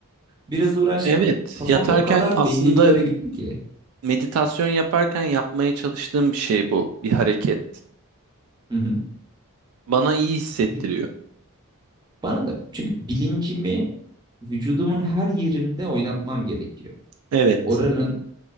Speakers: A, on the right; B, on the right.
A: Biraz uğraştım.
B: Evet,
A: Kafam
B: yatarken
A: o kadar
B: aslında
A: belli bir yere gitti ki.
B: meditasyon yaparken yapmaya çalıştığım bir şey bu. Bir hareket.
A: Hı hı.
B: Bana iyi hissettiriyor.
A: Bili- Bana da çünkü bilincimi vücudumun her yerinde oynatmam gerekiyor.
B: Evet.
A: Oranın